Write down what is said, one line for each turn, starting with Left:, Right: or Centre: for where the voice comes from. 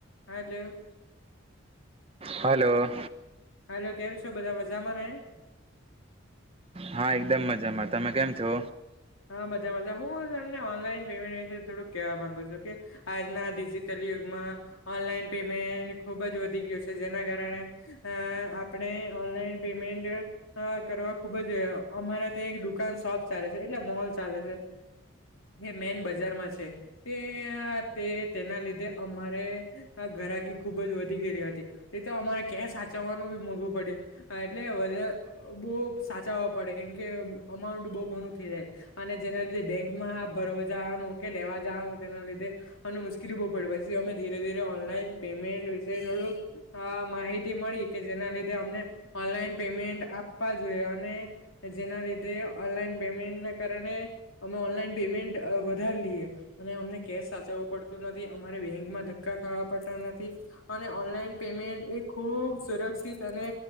Left: હાલો.
Right: Hello.
Left: Hello કેમ છો બધા મજામાં ને.
Right: હા એકદમ મજામાં. તમે કેમ છો?
Left: હા મજા-મજા હું તમને ઓનલાઈન પેમેન્ટ વિશે થોડુંક કેહેવા માંગુ છું કે આજના ડિજિટલ યુગમાં ઑનલાઇન પેમેન્ટ ખુબ જ વધી ગયું છે જેના કારણે અ આપણે ઓનલાઈન પેમેન્ટ કરવા ખુબ જ અમારા ત્યાં એક દુકાન શોપ ચાલે છે. એટલે મહોલ ચાલે છે. જે મેન બજારમાં છે તે તે તેના લીધે અમારે ઘરાકી ખૂબ જ વધી ગયલી હતી તે તો અમારે કેસ હાચવવાનું બી મોઘવું પડ્યું એટલે વધા બહુ સાચવા પડે કેમ કે અમાઉન્ટ બહુ ઘણું થઈ જાય અને જેના લીધે બેંકમાં ભરવા જવાનું કે લેવા જવાનું તેના લીધે અન મુશ્કેલી પછી ધીરે ધી ઓનલા પેમેન્ટ વિ થોડ માહિતી મળી કે જેના કે જે અમને ઑનલાઇન પેમેન્ટ આપવા જોઈએ અને જેના લીધે ઓનલાઈન પેમેન્ટના કારણે અમે ઓનલાઈન પેમેન્ટ વધાર લઈએ અને અમને કેશ સાચવવું પડતું નથી અમારે બેંકમાં ધક્કા ખાવા પડતા નથી અને ઓનલાઈન પેમેન્ટ એ ખૂબ સરસ અને